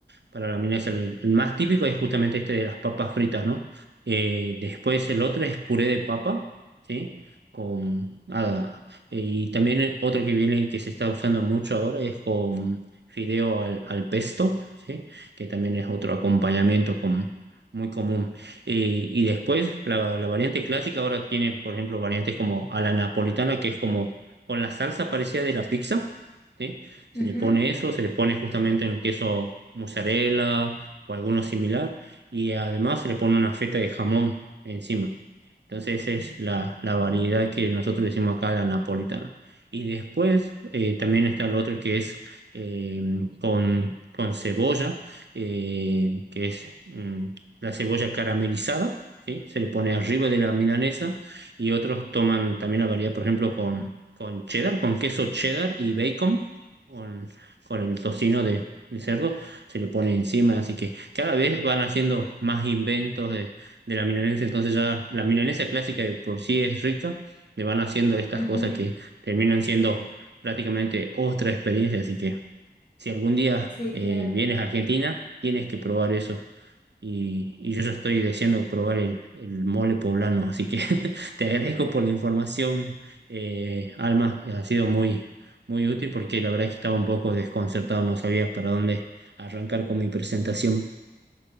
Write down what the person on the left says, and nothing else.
Ujú,
ujú.
Sí,
claro.